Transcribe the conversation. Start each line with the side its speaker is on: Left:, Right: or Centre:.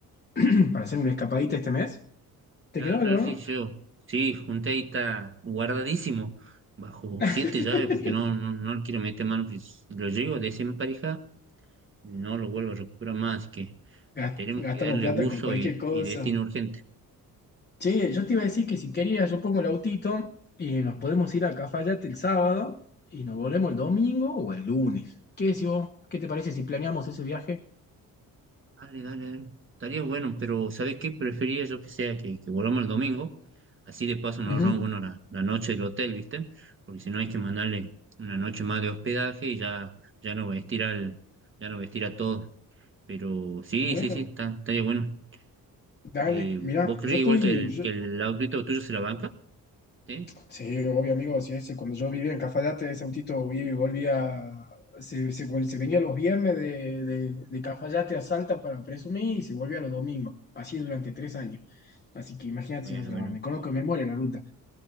Left: <clears throat> para hacer una escapadita este mes. ¿Te
Right: Claro,
Left: quedó algo,
Right: claro, sí,
Left: no?
Right: yo. Sí, junté ahí, está guardadísimo, bajo siete
Left: <laughs>
Right: llaves, porque no, no, no le quiero meter mano. porque si lo llego a desemparejar, no lo vuelvo a recuperar más, así que
Left: gas-
Right: tenemos
Left: gastamos
Right: que darle
Left: plata
Right: uso
Left: con cualquier
Right: y,
Left: cosa.
Right: y destino urgente.
Left: Che, yo te iba a decir que si querías, yo pongo el autito y nos podemos ir a Cafayate el sábado y nos volvemos el domingo o el lunes. ¿Qué decís vos? ¿Qué te parece si planeamos ese viaje?
Right: Dale, dale, dale. Estaría bueno, pero ¿sabes qué? Preferiría yo que sea que, que volvamos el domingo. Así de paso nos
Left: Ujú.
Right: ahorramos, bueno, la, la noche del hotel, ¿viste? Porque si no hay que mandarle una noche más de hospedaje y ya, ya no vestir al, ya no vestir a todo. Pero sí,
Left: Bueno,
Right: sí, sí, está, estaría bueno.
Left: dale,
Right: Eh,
Left: mirá,
Right: ¿vos crees
Left: yo estoy,
Right: igual que el,
Left: yo,
Right: que el autito tuyo se la banca? ¿Sí?
Left: Sí, obvio, amigo. Sí, ese, cuando yo vivía en Cafayate, ese autito iba y volvía. Se, se vol- se venía los viernes de, de- de Cafayate a Salta para presumir y se volvía los domingos. Así durante tres años. Así que imagínate
Right: Bueno,
Left: si no se
Right: bueno,
Left: la me conozco de memoria la ruta.